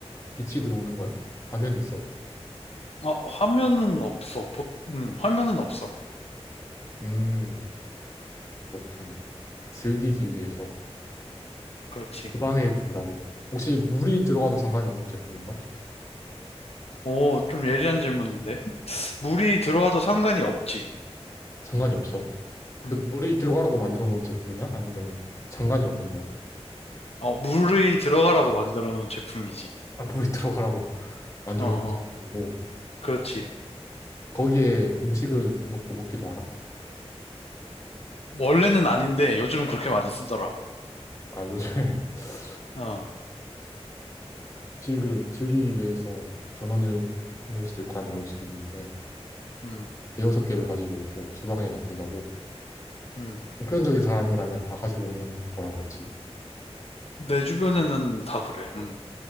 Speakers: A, on the left; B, on the left.
A: 빛이 들어오는 거야? 화면이 있어?
B: 아, 화면은 없어. 보, 음, 화면은 없어.
A: 음, 그렇군. 즐기기 위해서
B: 그렇지.
A: 주방에 둔다고. 혹시 물이 들어가도 상관이 없는 제품인가?
B: 오, 좀 예리한 질문인데. 물이 들어와도 상관이 없지.
A: 상관이 없어. 그
B: 음.
A: 물이 들어가라고 만들어 놓은 제품이야? 아니면은 상관이 없는 거야?
B: 어, 물이 들어가라고 만들어 놓은 제품이지.
A: 아, 물이 들어가라고 <laughs> 만들어
B: 어, 어.
A: 놓은 제품이고.
B: 그렇지.
A: 거기에 음식을 넣고 먹기도 하나?
B: 원래는 아닌데 요즘은 그렇게 많이 쓰더라.
A: 아, 요즘에 <laughs>
B: 어,
A: 음식을 즐기기 위해서 전원을 넣을 수도 있고 안 넣을 수도 있는데.
B: 음,
A: 대여섯 개를 가지고 있고 주방에 놔둔다고
B: 음.
A: 보편적인 사람이라면 다 가지고 있는 거라 그랬지.
B: 내 주변에는 다 그래. 음.